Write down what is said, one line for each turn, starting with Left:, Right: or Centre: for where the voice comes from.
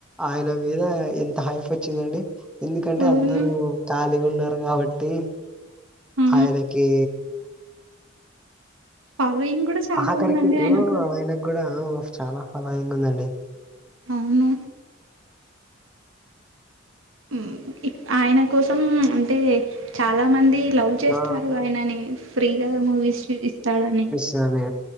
Centre: ఆయన మీద ఎంత హైప్ వచ్చిందండి ఎందుకంటే
Right: అవును
Centre: అందరు ఖాళీగా ఉన్నారు కాబట్టి
Right: ఆ
Centre: అయినేకి
Right: ఫాలోయింగ్ కూడా చాలా
Centre: ఆఖరికి
Right: ఉందండి ఆయనకు
Centre: ఊ ఆయనకి గుడా ఉ చాలా ఫాలోయింగ్ ఉందండి
Right: అవును ఉమ్ ఆయన కోసం అంటే చాలా మంది లవ్ చేస్తారు
Centre: ఆ
Right: అయినని ఫ్రీగా మూవీస్ ఇస్తాడని
Centre: తను